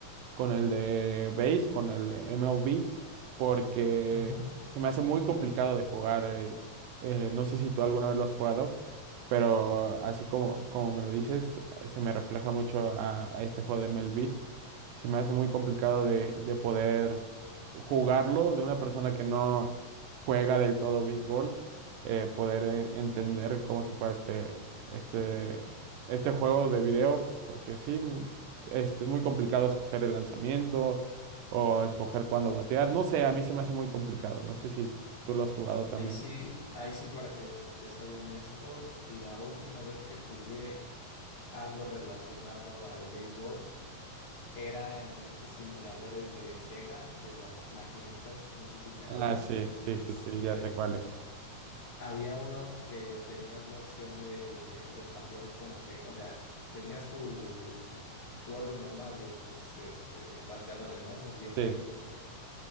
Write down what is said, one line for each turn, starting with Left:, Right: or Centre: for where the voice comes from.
Right: con el de Base, con el de MLB, porque
Left: Ujú.
Right: se me hace muy complicado de jugar. eh, eh, no sé si tú alguna vez lo has jugado, pero así como, como me lo dices, se me refleja mucho a, a este juego de MLB. Se me hace muy complicado de, de poder jugarlo de una persona que no juega del todo béisbol, eh, poder eh, entender cómo se juega este, este, este juego de video, porque sí este, es muy complicado escoger el lanzamiento o escoger cuándo batear. No sé, a mí se me hace muy complicado. No sé si tú lo has jugado también.
Left: Ahí sí, ahí sí, para que veas si te soy honesto, la última vez que jugué algo relacionado al béisbol era en estos simuladores de Sega, de las maquinitas, no sé si te acuerdas.
Right: Ah, sí, sí,
Left: Este.
Right: sí, sí, ya sé cuál es.
Left: Había uno que tenías la opción de, de cambiar como que, o sea, tenías tus- tu orden normal de tus este, bateadores, ¿no? Unos bien flaquitos.
Right: Sí,
Left: Sí.